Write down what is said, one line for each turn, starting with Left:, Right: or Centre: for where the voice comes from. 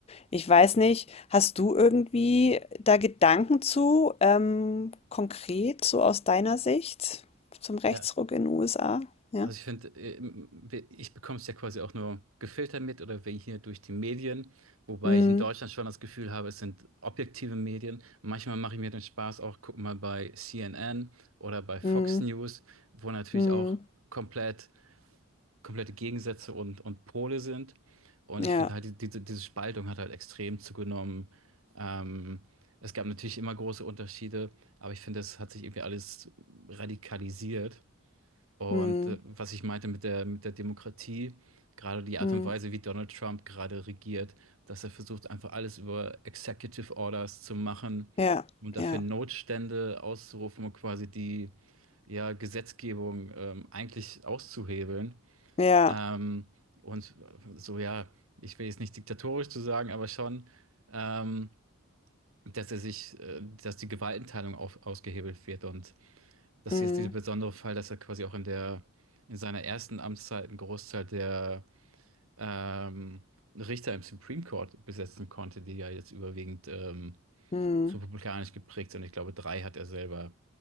Left: Ich weiß nicht, hast du irgendwie da Gedanken zu, ähm, konkret, so aus deiner Sicht zum Rechtsruck
Right: Ja,
Left: in den USA? Ja.
Right: also ich finde, ähm, wir- ich bekomme es ja quasi auch nur gefiltert mit oder wir hier durch die Medien, wobei
Left: Hm,
Right: ich in Deutschland schon das Gefühl habe, es sind objektive Medien. Manchmal mache ich mir den Spaß auch, guck mal bei CNN oder bei Fox
Left: hm,
Right: News, wo natürlich
Left: hm,
Right: auch komplett komplette Gegensätze und, und Pole sind. Und
Left: ja,
Right: ich finde halt, die, diese, diese Spaltung hat halt extrem zugenommen. Ähm, es gab natürlich immer große Unterschiede, aber ich finde, es hat sich irgendwie alles radikalisiert. Und
Left: hm,
Right: äh, was ich meinte mit der, mit der Demokratie, gerade die Art
Left: hm,
Right: und Weise, wie Donald Trump gerade regiert, dass er versucht, einfach alles über Executive Orders zu machen
Left: ja,
Right: und dafür
Left: ja,
Right: Notstände auszurufen und quasi die ja, Gesetzgebung ähm, eigentlich auszuhebeln.
Left: ja,
Right: Ähm, und so, ja, ich will jetzt nicht diktatorisch zu sagen, aber schon, ähm, dass er sich, äh, dass die Gewaltenteilung auf, ausgehebelt wird. Und das
Left: hm,
Right: ist jetzt dieser besondere Fall, dass er quasi auch in der, in seiner ersten Amtszeit einen Großteil der ähm, Richter im Supreme Court besetzen konnte, die ja jetzt überwiegend ähm,
Left: hm,
Right: republikanisch geprägt sind. Ich glaube, drei hat er selber